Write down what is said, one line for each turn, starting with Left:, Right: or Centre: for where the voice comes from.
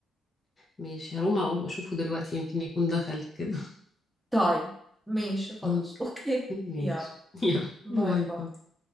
Left: ماشي هروح اشوفه دلوقتي يمكن يكون دخل كده
Centre: طيب ماشي خلاص
Left: <laughs>
Centre: <laughs> اوكي
Left: اوكي ماشي
Centre: يلا
Left: يلا
Centre: باي
Left: باي
Centre: باي
Left: باي